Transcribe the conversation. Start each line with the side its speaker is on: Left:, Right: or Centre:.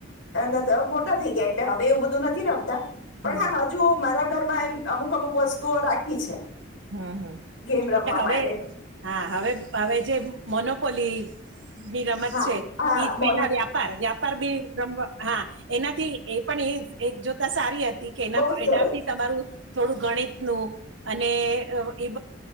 Left: અ ન તો મોટા થઈ ગયા એટલે હવે એવું બધું નથી રમતા પણ
Right: હમ
Left: હા હજુ મારા ઘર માં એમ અમુક અમુક વસ્તુઓ રાખી છે.
Right: હમ હમ
Left: ગેમ રમવા
Right: એટલે હવે
Left: માટે
Right: હા હવે હવે જે મોનોપોલી <inaudible> ની રમત
Left: હા
Right: છે
Left: હા
Right: ઈ પેલા
Left: મોનો
Right: વ્યાપાર વ્યાપાર બી રમ હા એનાથી એ પણ એ એક જોતા સારી હ તી કે એના
Left: બહુ જ સરસ
Right: એનાથી તમારું થોડું ગણિતનું અને અ એ